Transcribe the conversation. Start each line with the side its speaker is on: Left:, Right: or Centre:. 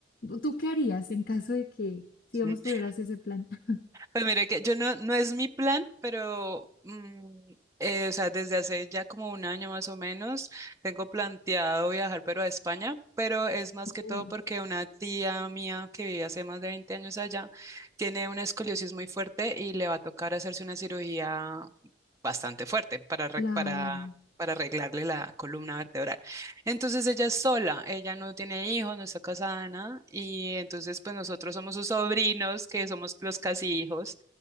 Left: ¿Tú tú qué harías en caso de que, digamos,
Right: <laughs>
Left: tuvieras ese plan? <laughs>
Right: Pues mire que yo no, no es mi plan, pero mm, eh, o sea, desde hace ya como un año más o menos, tengo planteado viajar pero a España, pero es más
Left: Oh,
Right: que todo porque una tía mía que vive hace más de 20 años allá tiene una escoliosis muy fuerte y le va a tocar hacerse una cirugía bastante fuerte para, arreg-
Left: Claro,
Right: para, para arreglarle la columna vertebral. Entonces ella es sola, ella no tiene hijos, no está casada, nada, y entonces pues nosotros somos sus sobrinos, que somos los casi hijos.